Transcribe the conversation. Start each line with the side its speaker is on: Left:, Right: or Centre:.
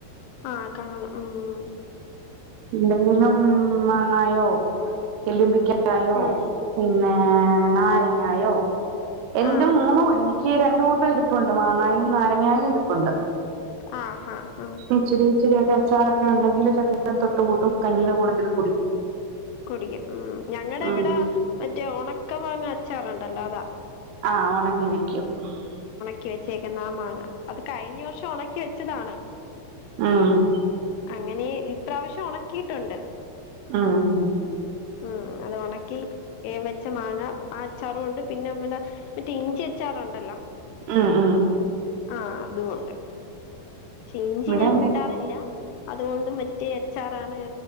Left: ആ കാണും ഉംമ്
Right: എന്തെങ്കിലും മാങ്ങായോ എലുമ്പിക്ക ക്കയോ
Left: ഉം
Right: പിന്നെ <unintelligible> നാരങ്ങായോ എന്തും
Left: ആഹ്
Right: മൂണു
Left: ആഹ്
Right: എനിക്ക് രണ്ട് ഇരിപ്പുണ്ട് മാങ്ങായും നാരങ്ങായും ഇരിപ്പുണ്ട്
Left: ആ ഹഹആ
Right: ഇച്ചിരി ഇച്ചിരിയൊക്കെ അച്ചാർഒക്കെ ഉണ്ടങ്കില് കഞ്ഞിടെ ക്കെ തൊട്ടു കൂട്ടും കഞ്ഞിടെ കൂടത്തിലും
Left: കുടിക്കും ഉ ഞങ്ങടെ
Right: ഉം
Left: ഇവിടെ മറ്റേ ഒക്കെ വാങ്ങാ അച്ചാറുണ്ടല്ലോ അതാ
Right: ആ ഉണങ്ങി വെക്കൂ <unintelligible>
Left: കി വെച്ചേക്കുന്ന ആ മാങ്ങ അത് കഴിഞ്ഞ വർഷം ഉണക്കി വെച്ചതാണ്.
Right: ആഹ്
Left: അങ്ങനെ ഇപ്രാവശ്യം ഉണക്കിയിട്ടുണ്ട്.
Right: ആഹ്
Left: ഉം, അത് ഒണക്കി ഏ വച്ച മാങ്ങ ആ അച്ചാറും ഉണ്ട്, പിന്നെ പിന്നെ മറ്റേ ഇഞ്ചി അച്ചാറും ഉണ്ടല്ലോ.
Right: ആ, ആ
Left: ആ അതും ഉണ്ട്. ഇഞ്ചി
Right: ഇവിടെ
Left: ഞാൻ
Right: എന്തായി
Left: കൂട്ടാറില്ല. അതുകൊണ്ട് മറ്റേ അച്ചാർ ആണ്